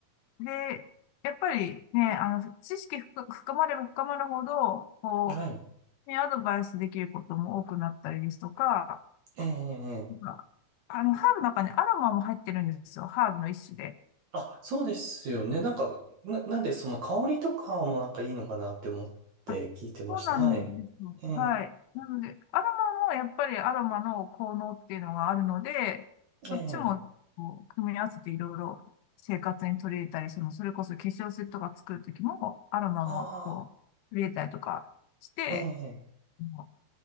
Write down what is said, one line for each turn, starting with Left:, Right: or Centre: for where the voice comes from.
Left: で、やっぱりね、あの、知識深深まれば深まるほど、こ
Right: えはい、
Left: う、ね、アドバイスできることも多くなったりですとか、
Right: ええ、ええ。ええ
Left: なんかあの、ハーブの中にアロマも入ってるんですよ。ハーブの一種で。
Right: あ、そうですよね。なんか、な、なんで、その香りとかもなんかいいのかなって思って聞いてました。
Left: あそうなんですよ。
Right: はい。ええ、
Left: はい。なので、アロマもやっぱりアロマの効能っていうのがあるので、そっちもこう組み合わせていろいろ生活に取り入れたり、
Right: ええ、
Left: その、それこそ化粧水とか作るときも、アロマもこう、
Right: あ
Left: 入れたりとかして、
Right: あ、ええ、
Left: も